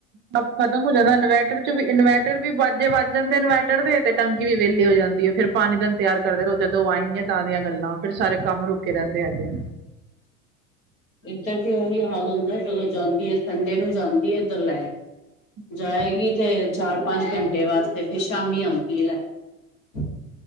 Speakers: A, on the right; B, on the left.
A: ਸਭ ਖਤਮ ਹੋ ਜਾਂਦਾ ਇਨਵਰਟਰ 'ਚ ਵੀ ਇਨਵਰਟਰ ਵੀ ਬਾਜੇ ਵਾਜ ਜਾਂਦੇ ਇਨਵ ਟਰ ਵੀ ਤੇ ਟੰਕੀ ਵੀ ਵੇਹਲੀ ਹੋ ਜਾਂਦੀ ਐ, ਫੇਰ ਪਾਣੀ ਦਾ ਇੰਤਜ਼ਾਰ ਕਰਦੇ ਰੋ ਜਦੋਂ ਆਏੰਗੀਆ, ਤਾਂ ਦੀਆਂ ਗੱਲਾਂ ਫੇਰ ਸਾਰੇ ਕੰਮ ਰੁਕੇ ਰਹਿੰਦੇ ਹੈਗੇ ਆ।
B: ਇੱਧਰ ਵੀ ਇਹੀ ਹਾਲ ਹੁੰਦਾ, ਜਦੋਂ ਜਾਂਦੀ ਐ, ਸੰਡੇ ਨੂੰ ਜਾਂਦੀ ਐ ਇੱਧਰ ਲੈਟ!
A: ਆ
B: ਜਾਏਗੀ ਤੇ ਚਾਰ ਪੰਜ-ਘੰਟੇ ਵਾਸਤੇ, ਫੇਰ ਸ਼ਾਮੀ ਆਉਂਦੀ ਹੈ ਲੈਟ!